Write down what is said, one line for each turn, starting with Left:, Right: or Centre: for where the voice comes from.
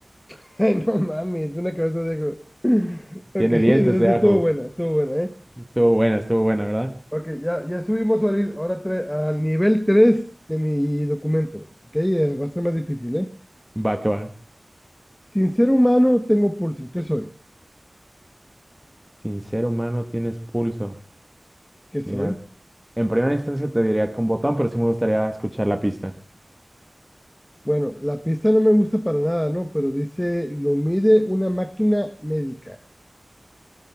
Left: <laughs> Ay, no mames, una cabeza de Diego. <clears throat> <laughs> Ok,
Centre: Tiene
Left: entonces
Centre: dientes de
Left: sí
Centre: ajo.
Left: estuvo buena, estuvo buena, ¿eh?
Centre: Estuvo buena, estuvo buena, ¿verdad?
Left: Ok, ya, ya subimos ahori- ahora tre- al nivel 3 de mi documento. Ok, Eh, va a ser más difícil, ¿eh?
Centre: Va que va.
Left: Sin ser humano tengo pulso. ¿Qué soy?
Centre: Sin ser humano tienes pulso.
Left: ¿Qué soy?
Centre: Mira, en primera instancia te diría con botón, pero sí me gustaría escuchar la pista.
Left: Bueno, la pista no me gusta para nada, ¿no? Pero dice, lo mide una máquina médica.